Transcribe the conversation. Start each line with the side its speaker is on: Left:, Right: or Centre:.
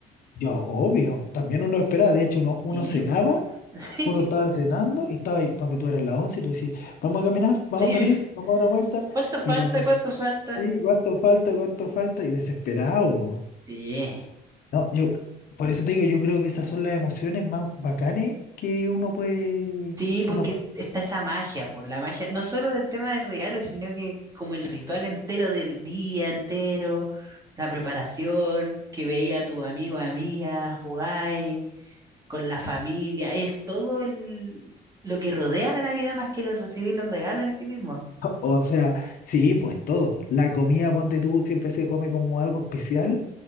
Left: Yo, obvio, también uno esperaba, de hecho uno, uno
Right: Sí,
Left: cenaba,
Right: po. <laughs>
Left: uno estaba cenando y estaba ahí, cuando tú eras las 11 y tú decís, vamos a caminar, vamos
Right: Sí,
Left: a salir,
Right: sí.
Left: vamos a dar una vuelta,
Right: ¿Cuánto
Left: y
Right: falta?
Left: cuando,
Right: ¿Cuánto falta?
Left: sí, cuánto falta, cuánto falta, y desesperado.
Right: Sí.
Left: No, yo, por eso te digo, yo creo que esas son las emociones más bacanes que uno puede,
Right: Sí,
Left: que
Right: porque
Left: uno puede.
Right: está esa magia, por la magia, no solo del tema del regalo, sino que como el ritual entero del día entero, la preparación, que veía a tu amigo, amiga, jugáis con la familia, es todo el lo que rodea la Navidad más que lo, recibir los regalos en sí mismo.
Left: <laughs> O sea, sí, pues todo. La comida, ponte tú, siempre se come como algo especial.